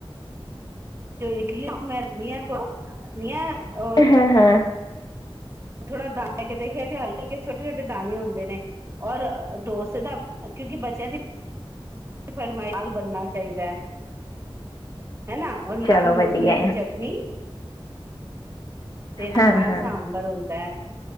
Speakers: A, on the right (about 30°); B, on the left (about 45°).
A: ਜੋ ਇਟਲੀ <unintelligible>
B: ਹਾਂ-ਹਾਂ।
A: ਥੋੜਾ ਦਾ ਲੈ ਕੇ ਦੇਖਿਆ ਜੇ ਹਲਕੇ ਛੋਟੇ-ਛੋਟੇ ਦਾਣੇ ਹੁੰਦੇ ਨੇ। ਔਰ ਡੋਸੇ ਦਾ ਕਿਉਂਕਿ ਬੱਚਿਆਂ ਦੀ ਫਰਮਾਈ ਨਾਲ ਬਣਨਾ ਚਾਹੀਦਾ ਹੈ ਹੈਨਾ। ਔਰ ਨਾਲ
B: ਚਲੋ
A: ਮੂੰਗਫਲੀ
B: ਵਧੀਆ
A: ਦੀ
B: ਹੈ
A: ਚਟਨੀ। ਤੇ
B: ਹਾਂ
A: ਨਾਲ
B: ਹਾਂ
A: ਸਾਂਬਰ ਹੁੰਦਾ ਹੈ,